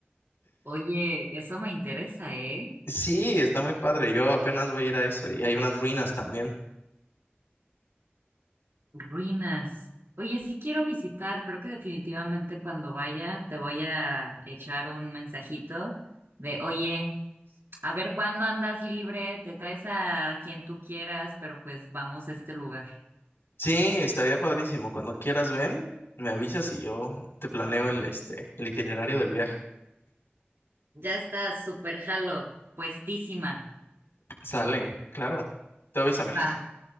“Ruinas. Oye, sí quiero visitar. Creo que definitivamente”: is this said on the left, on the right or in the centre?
Right